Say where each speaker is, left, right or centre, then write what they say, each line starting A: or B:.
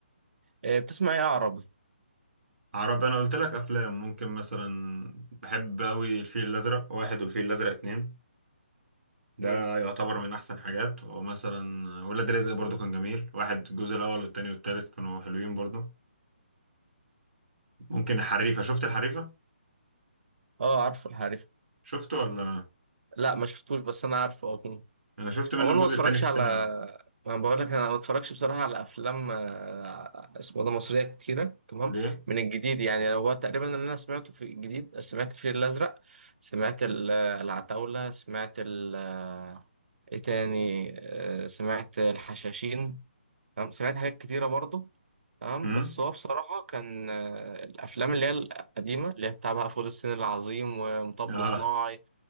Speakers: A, on the right (about 60°); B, on the right (about 80°).
A: آه، بتسمع ايه عربي
B: عربي انا قلت لك افلام ممكن مثلا بحب قوي الفيل الازرق واحد والفيل الازرق اتنين ده
A: امم
B: يعتبر من احسن حاجات ومثلا ولاد رزق برضو كان جميل واحد الجزء الاول والتاني والتالت كانوا حلوين برضو ممكن الحريفة شفت الحريفة
A: اه عارفه الحريف
B: شفته ولا
A: لا ما شفتوش بس انا عارفه اه
B: انا شفت منه
A: عموما
B: الجزء
A: ما اتفرجش
B: التاني في السينما
A: على ما بقول لك انا ما اتفرجش بصراحه على افلام آه، اسمه ده مصريه كتيره تمام
B: ليه
A: من الجديد يعني هو تقريبا اللي انا سمعته في الجديد سمعت الفيل الازرق سمعت ال- آه، العتاوله سمعت ال- آه، ايه تاني آه، سمعت الحشاشين تمام سمعت حاجات كتيره برضه تمام
B: امم
A: بس هو بصراحه كان آه، الافلام اللي هي القديمه اللي هي بتاع بقى فول الصين العظيم ومطب
B: اه
A: صناعي